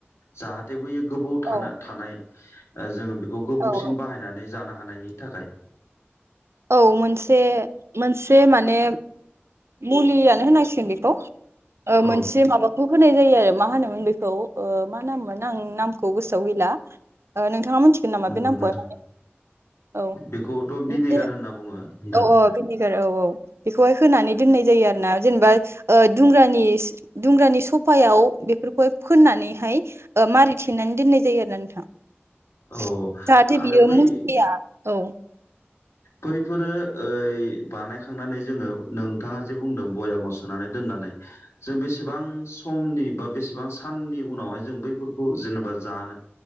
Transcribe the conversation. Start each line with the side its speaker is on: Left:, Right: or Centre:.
Left: जाहाथे बै गोबौ
Right: औ
Left: थानो थानाय ओ जोङो बे गोबावसिम
Right: औ
Left: बाहायनानै जानो हानायनि थाखाय ।
Right: औ मोनसे मोनसे माने मुलियानो होनांसिगोन बेखौ ओ
Left: औ
Right: मोनसे माबाखौ होनाय जायो आरो मा होनोमोन बेखौ ओ मा नाममोन आं नामखौ गोसोआव गैला ओ नोंथां नोंथाङा मिथिगोन नामा
Left: नंगौ
Right: बे नामखौहाय
Left: नोंथां
Right: औ
Left: बेखौथ' भिनेगार
Right: मोनसे
Left: होनना बुङो नोंथां
Right: औ औ भिनिगार औ औ बेखौहाय होनानै दोननाय जायो आरो ना जेनेबा ओ दुंग्रानि दुंग्रानि सफायाव बेफोरखौहाय फोननानैहाय ओ मारि थेनानै दोननाय जायो आरो ना नोंथां ।
Left: औ
Right: जाहाथे
Left: आरो
Right: बियो
Left: बै
Right: मुसिया औ
Left: बैफोरो ओइ बानायखांनानै जोङो नोंथाङा जे बुंदों बयाामाव सुानै दोननानै जों बेसेबां सम समनि बा बेसेबां साननि उनावहाय जों बैफोरखौ जेनेबा जानो